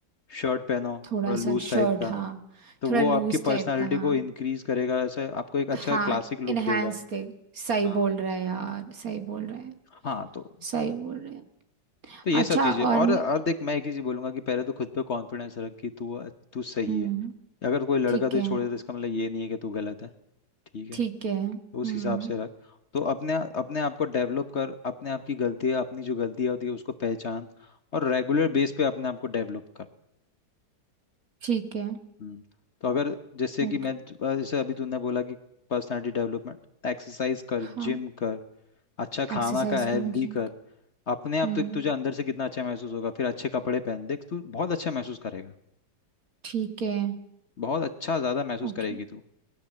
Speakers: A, on the left (about 45°); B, on the right (about 55°).
A: शर्ट पहनो
B: थोड़ा
A: थोड़ा लूज
B: सा शर्ट
A: टाइप का
B: हाँ
A: तो
B: थोड़ा
A: वो
B: लूज
A: आपकी
B: टाइप
A: पर्सनालिटी
B: का हाँ
A: को इंक्रीज करेगा ऐसे आपको एक अच्छा
B: हाँ
A: क्लासिक लुक
B: इनहेंस
A: देगा
B: दे सही
A: हाँ
B: बोल रहा है यार सही बोल रहा है
A: हाँ तो
B: सही बोल रहे हैं
A: तो ये
B: अच्छा
A: सब चीजें
B: और
A: और
B: मैं
A: और देख मैं एक ही चीज बोलूंगा कि पहले तो खुद पे कॉन्फिडेंस रख कि तू तू सही
B: हम्म
A: है अगर कोई लड़का
B: ठीक
A: तुझे
B: है
A: छोड़ दे तो इसका मतलब ये नहीं है कि तू गलत है ठीक है
B: ठीक है हम्म
A: तो उस हिसाब से रख तो अपने अपने आप को डेवलप कर अपने आप की गलतियाँ अपनी जो गलतियाँ होती है उसको पहचान और रेगुलर बेस पे अपने आप को डेवलप कर
B: ठीक है
A: हम्म तो अगर जैसे
B: ओके
A: कि मैं अ, जैसे अभी तूने बोला कि पर्सनालिटी डेवलपमेंट एक्सरसाइज कर
B: हाँ
A: जिम कर अच्छा
B: एक्सरसाइज
A: खाना का हेल्दी
B: करूँ जिम
A: कर अपने आप
B: हम्म
A: तो तुझे अंदर से कितना अच्छा महसूस होगा फिर अच्छे कपड़े पहन देख तू बहुत अच्छा महसूस करेगा
B: ठीक है
A: बहुत अच्छा ज्यादा महसूस
B: ओके
A: करेगी तू